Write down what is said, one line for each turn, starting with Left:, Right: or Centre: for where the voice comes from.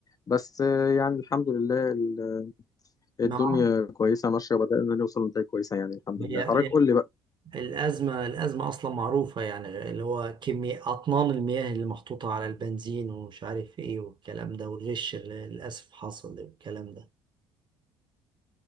Left: بس آه، يعني الحمد لله ال- الدنيا
Right: ما
Left: كويسة ماشية وبدأنا نوصل لنتائج كويسة يعني الحمد
Right: هي
Left: لله
Right: هي
Left: حضرتك قول لي بقى
Right: الأزمة الأزمة أصلا معروفة يعني اللي هو كمية أطنان المياه اللي محطوطة على البنزين ومش عارف ايه والكلام ده والغش اللي للأسف حصل والكلام ده